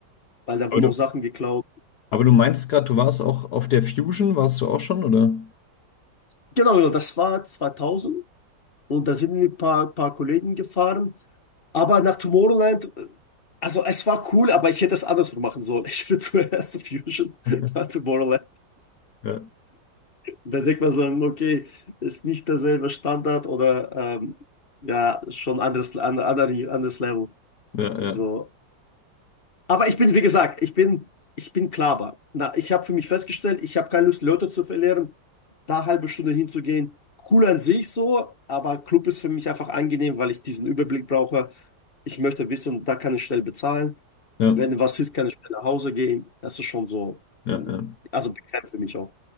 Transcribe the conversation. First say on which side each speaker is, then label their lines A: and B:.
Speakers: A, on the left (about 30°); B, on the left (about 65°).
A: weil da
B: Aber
A: wurden
B: du,
A: auch Sachen geklaut.
B: aber du meinst gerade, du warst auch auf der Fusion, warst du auch schon, oder?
A: Genau, genau, das war 2000. Und da sind wir ein paar, paar Kollegen gefahren. Aber nach Tomorrowland, äh, also es war cool, aber ich hätte es andersrum machen sollen. Ich hätte <laughs> zuerst Fusion,
B: <laughs>
A: dann Tomorrowland.
B: Ja,
A: Da denkt man so, okay, ist nicht derselbe Standard oder ähm, ja, schon anderes, an- anderes, anderes Level.
B: ja, ja.
A: So. Aber ich bin, wie gesagt, ich bin, ich bin Klaber. Na, ich habe für mich festgestellt, ich habe keine Lust, Leute zu verlieren, da eine halbe Stunde hinzugehen. Cool an sich so, aber Club ist für mich einfach angenehm, weil ich diesen Überblick brauche. Ich möchte wissen, da kann ich schnell bezahlen.
B: Ja,
A: Wenn was ist, kann ich schnell nach Hause gehen. Das ist schon so,
B: ja, ja.
A: also bekannt für mich auch.